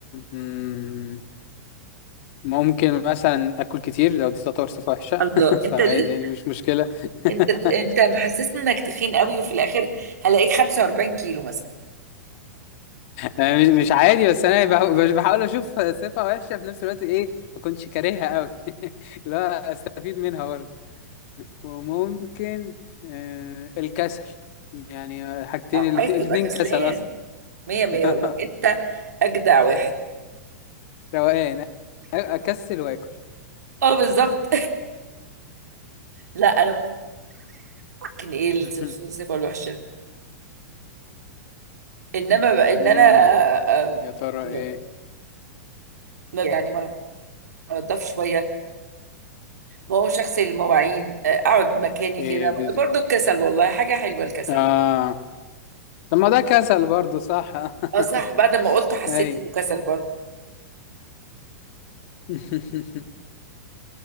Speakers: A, on the left; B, on the right.
A: امم ممكن مثلا اكل كتير لو دي تعتبر صفة وحشة
B: الله
A: <laughs>
B: انت
A: فعادي
B: ل...
A: يعني مش مشكلة <laughs>
B: انت انت محسسني انك تخين قوي وفي الاخر هلاقيك 45 كيلو مثلا
A: أنا مش مش عادي بس انا بح- بح- بحاول اشوف صفة وحشة في نفس الوقت ايه ما كنتش كارهها قوي <laughs> لا استفيد منها وممكن آه الكسل يعني حاجتين الاتنين,
B: عايز تبقى
A: الاتنين
B: كسلان
A: كسل اصلا
B: مية مية
A: <laughs>
B: والله انت اجدع واحد
A: روقان أ- اكسل واكل
B: اه بالظبط <laughs> لا انا ممكن ايه الصف-
A: <laughs>
B: الصفة الوحشة انما بقى ان
A: امم
B: انا آم،
A: يا ترى
B: لا،
A: ايه
B: ما- يعني ما انضف شوية ما هو شخص المواعين آه، اقعد مكاني
A: ايه
B: كده
A: بز...
B: برضو الكسل والله حاجة حلوة الكسل
A: اه طب ما ده كسل برضو صح
B: اه صح
A: <laughs>
B: بعد ما قلته حسيت
A: ايوه
B: انه كسل برضو
A: <laughs>